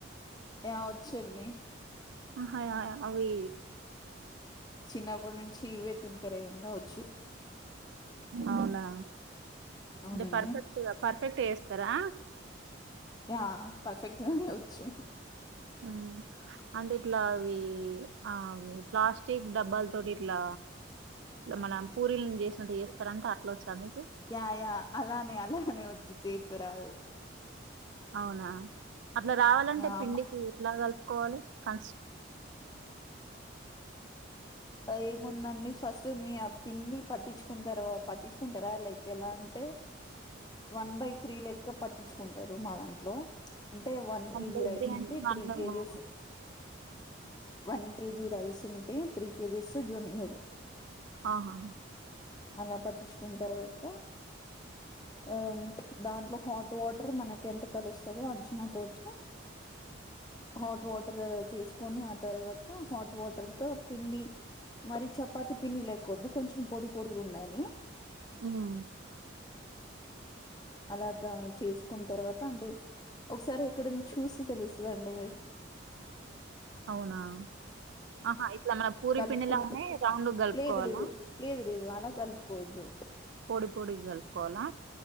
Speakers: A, on the left (about 20°); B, on the right (about 65°).
A: ఆ వచ్చండి
B: ఆహా య అవీ
A: చిన్నప్పటి నుంచి ఇవే తిన్ పరగందా వచ్చు
B: అవునా
A: అవునండి
B: అంటే పర్ఫెక్ట్ గా పర్ఫెక్ట్ జేస్తరా
A: యా పర్ఫెక్ట్ గానే వచ్చు
B: మ్మ్ అంటే ఇట్లా అవి ఆ ప్లాస్టిక్ డబ్బాల తోటి ఇట్లా మనం పూరీలను చేసినట్టు చేస్తరంటే అట్లొచ్చా మీక్
A: యా యా అలానే అలానే వచ్చు చే తురాదు
B: అవునా అట్లా రావాలంటే
A: ఆ
B: పిండికి
A: అమ్మ
B: ఎట్లాగా కోలి కన్స్
A: ఏముందండి ఫస్ట్ మీ ఆ పిన్ని పట్టించుకు తర్వా పట్టించుకుంటారా లైక్ ఎలా అంటే వన్ బై త్రీ లెక్క పట్టించుకుంటారు మా దాంట్లో. అంటే one KG
B: by
A: rice
B: three అంటే
A: ఉంటే three
B: one
A: KGs one KG rice ఉంటు త్రీ కేజీస్ జొన్నులు
B: ఆహా
A: అలా పట్టించుకున్న తర్వాత ఆ దాంట్లో హాట్ వాటర్ మనకి ఎంత కలుస్తుందో అంచనా తోటి హాట్ వాటర్ చేసుకొని ఆ తర్వాత హాట్ వాటర్. పిండి మరి చపాతి పిండి లేకద్దు కొంచెం పొడి పొడి ఉండాలి
B: అవునా
A: అలా త చేసుకున్న తర్వాత అంటే ఒకసారి ఎక్కడ చూసి తెలుస్తుందండి.
B: అవునా ఆహా ఇట్లా మన పూరి
A: కలుపుకున్న
B: పిండిలోనే రౌండ్ కలుపుకోవాలా
A: లేదు లేదు లేదు లేదు అలా కలుపుకోవద్దు
B: పొడి పొడి కలుపుకోవాలా.